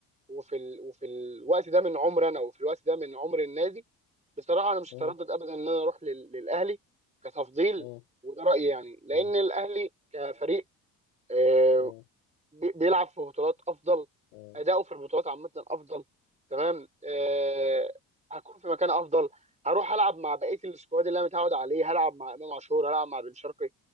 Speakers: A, on the right; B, on the left.
A: وفي ال... وفي الوقت ده من عمر انا وفي الوقت ده من عمر النادي بصراحه انا مش
B: مم.
A: هتردد ابدا ان انا اروح لل... للاهلي كتفضيل
B: مم.
A: وده رايي يعني لان
B: مم.
A: الاهلي كفريق آه،
B: مم.
A: بي- بيلعب في بطولات افضل
B: مم.
A: اداؤه في البطولات عامه افضل تمام آه، هكون في مكان افضل هروح العب مع بقيه السكواد اللي انا متعود عليه هلعب مع امام عاشور هلعب مع بن شرقي